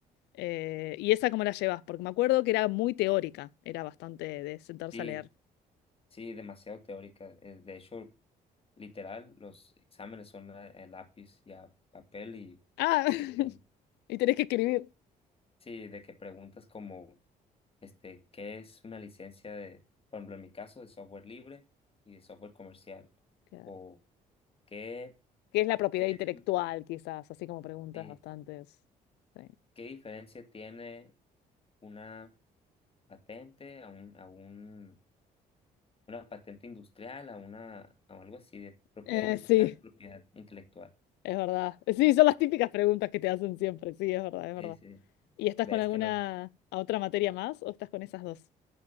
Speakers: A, on the left; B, on the left.
A: Eh, ¿y esa cómo la llevas? Porque me acuerdo que era muy teórica, era bastante de sentarse
B: Sí,
A: a leer.
B: sí, demasiado teórica. Eh, De hecho, literal, los exámenes son a, a lápiz y a papel y
A: Ah,
B: de
A: <laughs>
B: que, pre-
A: y tenés que escribir.
B: sí, de que preguntas como, este, ¿qué es una licencia de, por ejemplo, en mi caso, de software libre y de software comercial?
A: Claro.
B: O ¿qué,
A: ¿Qué es la propiedad
B: qué
A: intelectual,
B: es, un-
A: quizás? Así como preguntas
B: sí,
A: bastantes. Sí.
B: qué diferencia tiene una patente, a un, a un, una patente industrial, a una, a algo así de propiedad
A: Eh,
B: industrial
A: sí,
B: y propiedad intelectual.
A: es verdad. Sí, son las típicas preguntas que te hacen siempre. Sí, es verdad, es
B: Sí,
A: verdad.
B: sí.
A: ¿Y estás
B: Ves
A: con alguna
B: que no, es-
A: a otra materia más o estás con esas dos?